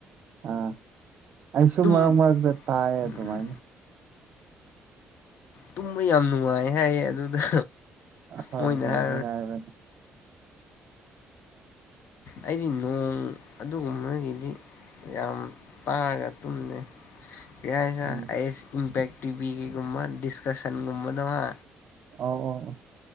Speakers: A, on the right; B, on the left.
A: ꯑꯥ ꯑꯩꯁꯨ
B: ꯇꯨꯝ
A: ꯃꯔꯛ-ꯃꯔꯛꯇ ꯇꯥꯏ
B: ꯎꯝ
A: ꯑꯗꯨꯃꯥꯏꯅ
B: ꯇꯨꯝꯕ ꯌꯥꯝ ꯅꯨꯡꯉꯥꯏ ꯍꯥꯏꯌꯦ ꯑꯗꯨꯗ
A: ꯍꯣꯏ
B: ꯃꯣꯏꯅ
A: ꯍꯣꯏ
B: <inaudible>
A: ꯅꯨꯡꯉꯥꯏꯕꯅꯤ
B: ꯑꯩꯗꯤ ꯅꯣꯡ ꯑꯗꯨꯒꯨꯝꯕꯒꯤꯗꯤ ꯌꯥꯝ ꯇꯥꯔꯒ ꯇꯨꯝꯗꯦ ꯀꯩ ꯍꯥ‌ꯏꯖꯤꯔꯥ
A: ꯎꯝ
B: ꯑꯥꯏ ꯑꯦꯁ ꯏꯝꯄꯦꯛ ꯇꯤꯚꯤꯒꯤꯒꯨꯝꯕ ꯗꯤꯁꯀꯁꯟꯒꯨꯝꯕꯗ‌ꯣ ꯍꯥ
A: ꯑꯧ ꯑꯧ ꯑꯣ